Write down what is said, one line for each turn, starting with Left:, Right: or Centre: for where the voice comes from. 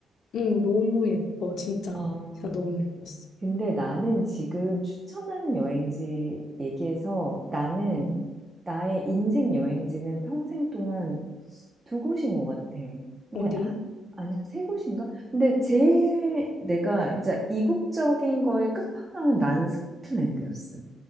Left: 응, 너무 예뻐, 진짜.
Right: 아,
Left: 진짜 너무 예뻤어.
Right: 근데 나는 지금 추천하는 여행지 얘기해서 나는
Left: 응.
Right: 나의 인생 여행지는 평생 동안 두 곳인 것 같아. 근데
Left: 어디?
Right: 아, 아니야 세 곳인가? 근데 제일 내가 진짜 이국적인 거에 끝판왕은 나는 스코틀랜드였어.